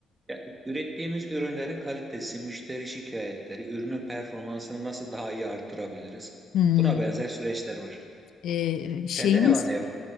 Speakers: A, on the right; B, on the left.
A: Ya, ürettiğimiz ürünlerin kalitesi, müşteri şikayetleri, ürünün performansını nasıl daha iyi arttırabiliriz?
B: Hmm,
A: Buna benzer süreçler var.
B: e, şeyiniz
A: Sende ne var ne yok?